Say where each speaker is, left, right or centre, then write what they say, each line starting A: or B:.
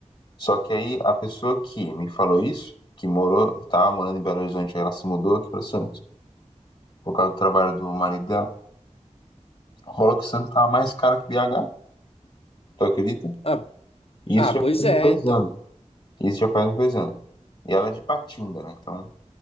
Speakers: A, on the left; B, on the left.
A: Só que aí a pessoa que me falou isso, que morou, tava morando em Belo Horizonte, aí ela se mudou aqui para Santos. por causa do trabalho do marido dela. Rola que Santos tava mais cara que BH, tu acredita?
B: Ah,
A: E isso
B: ah,
A: já
B: pois
A: faz
B: é,
A: uns dois
B: então.
A: anos. Isso já faz uns dois anos. E ela é de Patinga, né? Então,